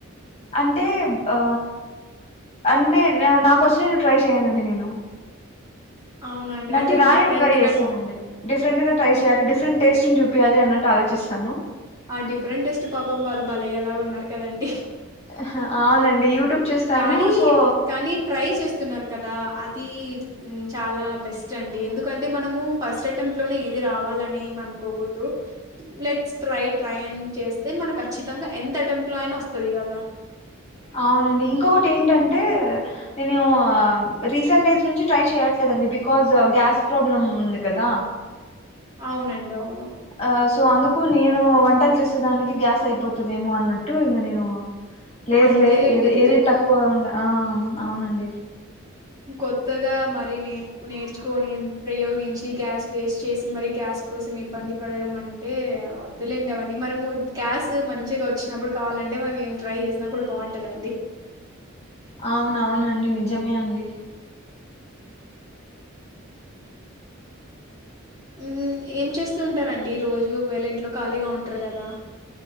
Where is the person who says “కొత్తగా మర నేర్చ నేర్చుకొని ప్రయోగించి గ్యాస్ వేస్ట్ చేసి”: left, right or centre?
Right